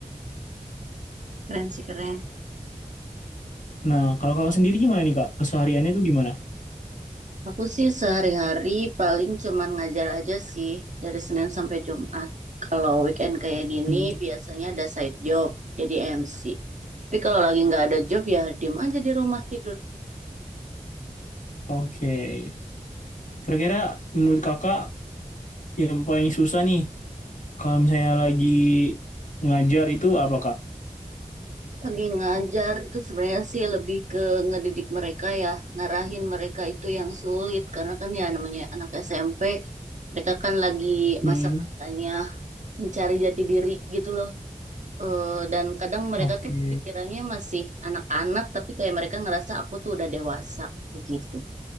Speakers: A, on the right; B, on the left.
A: Keren sih keren.
B: Nah, kalau kakak sendiri gimana nih kak? Kesehariannya tuh gimana?
A: Aku sih sehari-hari paling cuman ngajar aja sih dari Senin sampai Jumat. Kalau weekend kayak gini
B: Hmm,
A: biasanya ada side job jadi MC. Tapi kalau lagi nggak ada job ya diem aja di rumah tidur.
B: Oke. okay. Kira-kira menurut kakak yang paling susah nih kalau misalnya lagi ngajar itu apa kak?
A: Lagi ngajar itu sebenarnya sih lebih ke ngedidik mereka ya, ngarahin mereka itu yang sulit karena kan ya namanya anak SMP, mereka kan lagi
B: Hmm,
A: masa-masanya mencari jati diri gitu loh. Eh, dan kadang mereka
B: oke.
A: tuh pikirannya masih anak-anak tapi kayak mereka ngerasa aku tuh udah dewasa gitu.